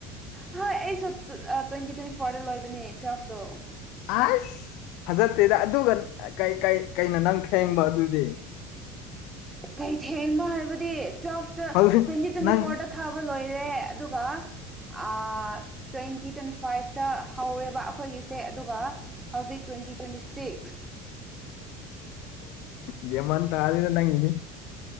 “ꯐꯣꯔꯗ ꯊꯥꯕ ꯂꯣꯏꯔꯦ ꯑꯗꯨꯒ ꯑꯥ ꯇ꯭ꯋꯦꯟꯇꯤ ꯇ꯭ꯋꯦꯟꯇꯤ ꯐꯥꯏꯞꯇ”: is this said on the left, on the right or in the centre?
Right